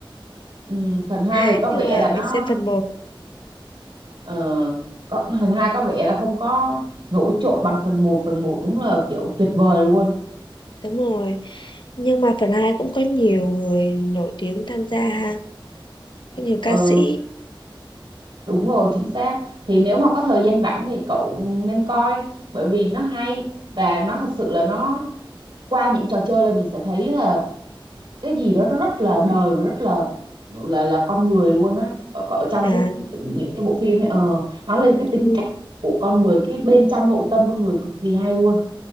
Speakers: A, on the right (about 65°); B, on the left (about 60°).
A: ừ, phần 2
B: <laughs>
A: thì có
B: Nhưng
A: vẻ
B: mà
A: là
B: mình
A: nó
B: xem phần một
A: ờ, có, phần 2 có vẻ là không có nổi trội bằng phần một phần một đúng là kiểu tuyệt vời luôn
B: Đúng rồi. nhưng mà phần hai cũng có nhiều người nổi tiếng tham gia ha có nhiều ca
A: ừ
B: sĩ
A: Đúng rồi, chính xác. Thì nếu mà có thời gian rảnh thì cậu nên coi bởi vì nó hay và nó thật sự là nó qua những trò chơi là mình sẽ thấy là cái gì đó nó rất là đời và rất là là là con người luôn á. Ở, ở trong
B: à
A: cái những cái bộ phim ấy ờ, nó lên cái tính
B: nhưng,
A: cách của con người cái bên trong nội tâm con người cực kỳ hay luôn.